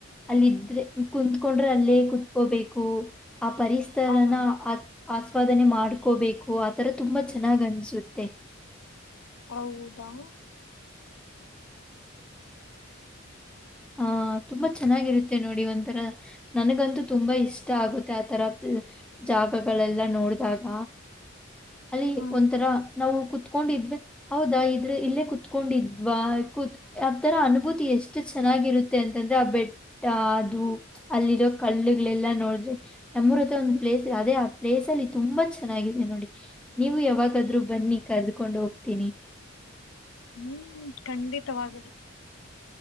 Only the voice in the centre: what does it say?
ಅಲ್ಲ ಇದ್ರೆ ಕುಂತ್ಕೊಂಡ್ರೆ ಅಲ್ಲೇ ಕುೂತ್ಕೋಬೇಕು ಆ ಪರಿಸರನ
ಆ ಆಸ್ವಾದನೆ ಮಾಡ್ಕೋಬೇಕು ಆತರ ತುಂಬಾ ಚೆನ್ನಾಗ್ ಅನ್ಸುತ್ತೆ
ಹಾ ತುಂಬಾ ಚೆನ್ನಾಗಿರುತ್ತೆ ನೋಡಿ ಒಂಥರ ನನಗಂತೂ ತುಂಬಾ ಇಷ್ಟ ಆಗುತ್ತೆ ಆತರ ಜಾಗಗಳೆಲ್ಲ ನೋಡಿದಾಗ ಅಲ್ಲಿ
ಒಂಥರ
ನಾವು ಕು ಕುತ್ಕೊಂಡಿದ್ವಿ ಹೌದಾ ಇದ್ರೆ ಇಲ್ಲೇ ಕುೂತ್ಕೊಂಡಿದ್ವಾತ್ ಯಾವ ತರ ಅನುಭೂತಿ ಎಷ್ಟು ಚೆನ್ನಾಗಿರುತ್ತೆ ಅಂತಂದ್ರೆ ಆ ಬೆಟ್ಟ ಅದು
ಅಲ್ಲಿರೋ ಕಳ್ಳುಗಳೆಲ್ಲಾ ನೋಡಿದ್ರೆ ನಮ್ಮರ ಹತ್ರ ಒಂದು ಪ್ಲೇಸ್ ಇದೆ ಅದೇ ಆ ಪ್ಲೇಸ್ ಅಲ್ಲಿ ತುಂಬಾ ಚೆನ್ನಾಗಿದೆ ನೋಡಿ ನೀವು ಯಾವಾಗಾದ್ರೂ ಬನ್ನಿ ಕರ್ದಕೊಂಡು ಹೋಗ್ತೀನಿ